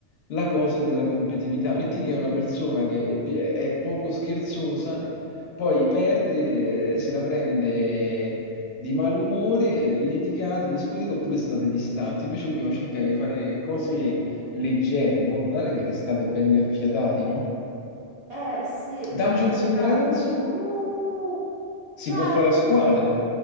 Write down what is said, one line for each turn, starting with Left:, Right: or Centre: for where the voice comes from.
Left: la cosa della competitività. Metti che è una persona che è pi- è poco scherzosa, poi perde, se la prende di malumore, litigate, discutete oppure state distanti. Invece dobbiamo cercare di fare cose leggere in modo tale che restate belli affiatati, no?
Right: Eh sì,
Left: Dungeons
Right: ma perché...
Left: and Dragons
Right: Uh, sai
Left: si può fare
Right: io
Left: a squadre,
Right: che cosa...